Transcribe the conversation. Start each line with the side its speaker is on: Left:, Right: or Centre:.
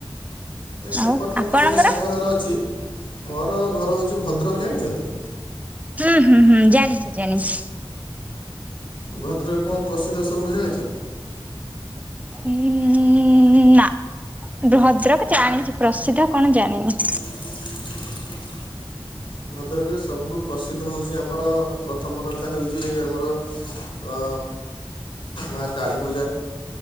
Left: ନାଇ ସେପଟ
Right: ଆଉ
Left: ତ
Right: ଆପଣଙ୍କର?
Left: ମୋର ଗୋଟେ ସାଙ୍ଗ ଘର ଅଛି, ମୋର ଘର ହୋଉଚି ଭଦ୍ରକ ଜାଣିଛନ୍ତି?
Right: ହୁଁ ହୁଁ ହୁଁ ଜାଣିଚି ଜାଣିଛି।
Left: ଭଦ୍ରକ କଁ ପ୍ରସିଦ୍ଧ ସବୁଠୁ ଜାଣିଚନ୍ତି?
Right: ଉମ୍ ନା ଭଦ୍ରକ ଜାଣିଚି ପ୍ରସିଦ୍ଧ କଣ ଜାଣିନି।
Left: <unintelligible> ଭଦ୍ରକରେ ସବୁଠୁ ପ୍ରସିଦ୍ଧ ହୋଉଛି ଆମର ପ୍ରଥମ କଥା ହେଉଚି ଆମର ଆ ମା କାଳୀପୂଜା।